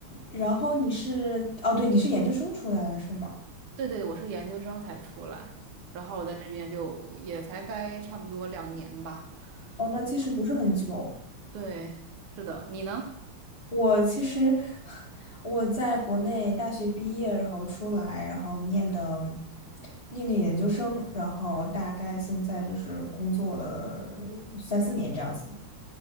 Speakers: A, on the left (about 30°); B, on the right (about 80°).
A: 然后你是，哦，对，你是研究生出来的是吗？
B: 对对，我是研究生才出来，然后我在这边就也才待差不多两年吧。
A: 哦，那其实不是很久。
B: 嗯对，是的，你呢？
A: 我其实 <laughs> 我在国内大学毕业，然后出来，然后念的念的研究生，然后大概现在就是工作了三四年这样子。